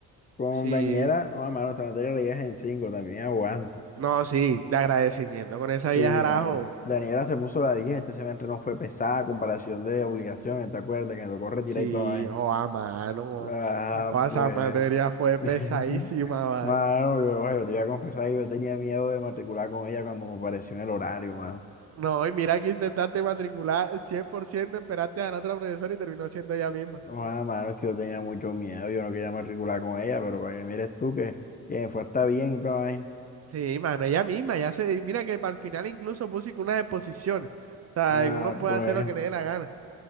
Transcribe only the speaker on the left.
Con
Daniela, ah, mano, esta materia la llevas en 5 también aguanta.
Sí,
mano. Daniela se puso la 10, este semestre no fue pesada, a comparación de obligaciones, ¿te acuerdas? Que me tocó retirar
y toda vaina.
Ah,
pues.
<laughs>
Mano, yo, yo te voy a confesar que yo tenía miedo de matricular con ella cuando me apareció en el horario, mano.
No, mano, mano, es que yo tenía mucho miedo, yo no quería matricular con ella, pero para que mires tú que, que me fue hasta bien y todo ahí.
Ah,
pues,